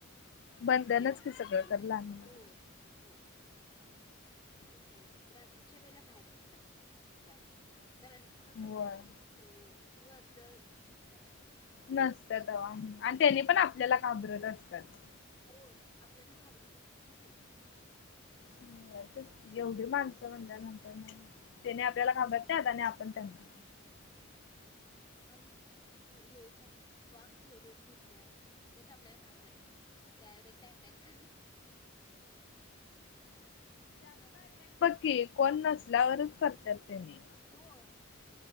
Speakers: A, on the left; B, on the left.
A: बंधनच
B: म्हणजे रात्रीशिवाेला
A: की सगळं खरं
B: दिसल
A: लहान मुलांना
B: होय होय. ते तर आहेच रात्रीच्या वेळेला बाहेर पडतात ते जास्त कारण. कसं
A: होय
B: असते की अ वर्दळ नसतय ना.
A: नसत हवा आणि त्याने
B: हा.
A: पण आपल्याला काबरलं असतात.
B: होय आपल्यान घाबरत असत ना ते.
A: हो एवढी माणसं
B: हम्म.
A: म्हणल्या नंतर
B: होय.
A: त्याने आपल्याला थांबत त्या आता आणि आपण त्यांना.
B: हा पण हे सांगू वाघ सोडून बिबट्या ते काय आपल्याला घाबर. त्यावर एकट अटॅक मग काय.
A: के कोन नसल्यावरच करतात त्यांनी.
B: होय.